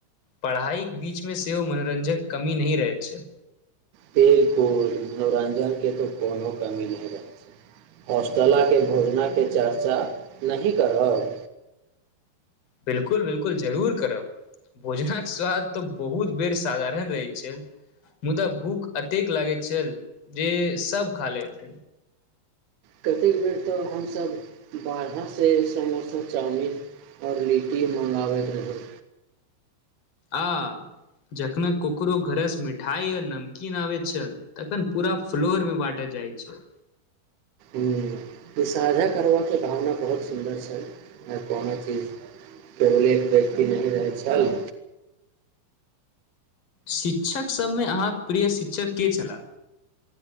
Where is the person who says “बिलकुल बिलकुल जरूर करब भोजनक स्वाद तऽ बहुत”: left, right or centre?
Left